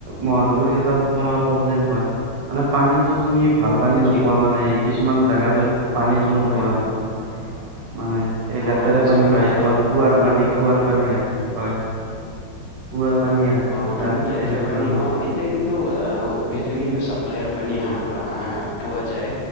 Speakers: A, on the right; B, on the left.
A: মহানগৰীত এটা আমাৰ প্ৰব্লেম হয়। মানে পানীটো তুমি ভাল পানী
B: কি
A: নোপোৱা মানে কিছুমান জাগালৈ পানীটো নোপোৱা
B: হয় হয়
A: মানে। মানে এই লেতেৰা
B: অ কিছুমান
A: পানী পায়,
B: আইৰন
A: তোমাৰ
B: থকা
A: কুঁৱাৰ
B: পানীও
A: পানী
B: পোৱা
A: কুৱাৰ পানী হয়, হয় কুঁৱাৰ পানী আহে
B: অ
A: তাত
B: তোমাৰ লেতেৰা
A: তেনেকুৱা
B: পানী
A: মানে
B: অ। এতিয়া কিন্তু আহ এতিয়া কিন্তু ছাপ্লাইৰ পানী আহা আহা পোৱা যায়